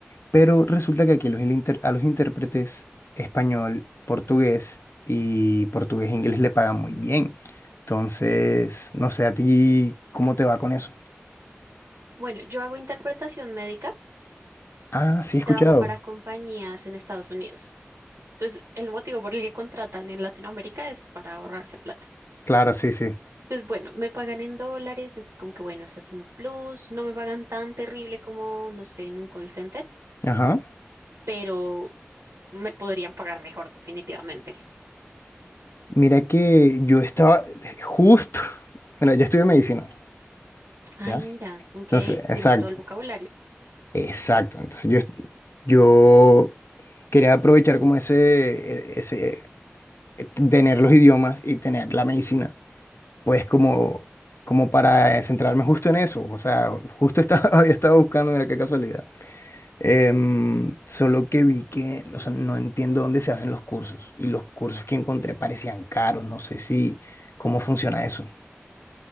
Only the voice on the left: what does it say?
Pero resulta que aquí los inter- a los intérpretes español, portugués y portugués e inglés le pagan muy bien. Entonces, no sé a ti cómo te va con eso.
Ah, sí,
he escuchado.
Claro, sí, sí.
Ajá.
Mira que yo estaba justo, <laughs> mira, yo estudié medicina.
¿Ya?
Entonces, exacto.
Exacto. Entonces yo, yo quería aprovechar como ese, ese, tener los idiomas y tener la medicina, pues como, como para centrarme justo en eso. O sea, justo estaba, <laughs> había estado buscando, mira qué casualidad. Em, solo que vi que, o sea, no entiendo dónde se hacen los cursos y los cursos que encontré parecían caros. No sé si, cómo funciona eso.